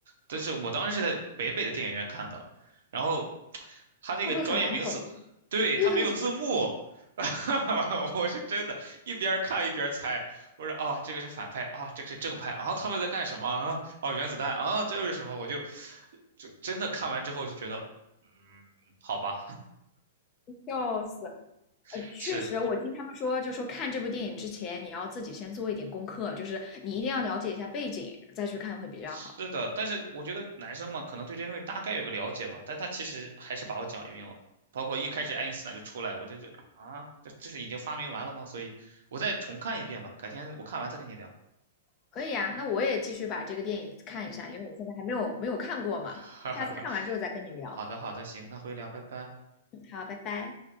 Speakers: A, on the right; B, on the left.
A: 但是我当时是在北美的电影院看的，然后 <tsk> 他那个专业名词，
B: 会不会很难懂啊？
A: 对，
B: 对的，
A: 他没有字幕，<laughs> 我是真的，一边看一边猜。我说啊，这个是反派啊，这个是正派啊，他们在干什么啊？哦，原子弹啊，这又是什么？我就就真的看完之后就觉得，嗯，好吧，
B: 笑死。
A: <laughs>
B: 呃，确实，
A: 是
B: 我听他们说，就说看这部电影之前，你要自己先做一点功课，就是你一定要了解一下背景，再去看会比较好。
A: 是的，但是我觉得男生嘛，可能对这些东西大概有个了解吧，但他其实还是把我讲晕了。包括一开始爱因斯坦就出来，我这这啊，这这是已经发明完了吗？所以我再重看一遍吧，改天我看完再跟你聊。
B: 可以啊，那我也继续把这个电影看一下，因为我现在还没有没有看过嘛，
A: <laughs> 哈哈哈。
B: 下次看完之后再跟你聊。
A: 好的，好的，行，那回聊，拜拜。
B: 嗯，好，拜拜。